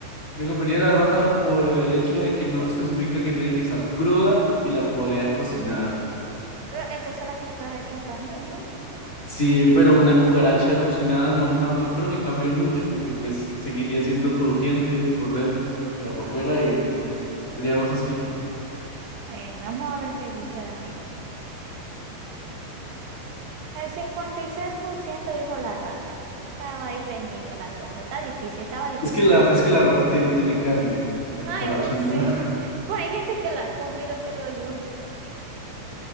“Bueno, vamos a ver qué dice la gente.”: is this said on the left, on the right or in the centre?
Right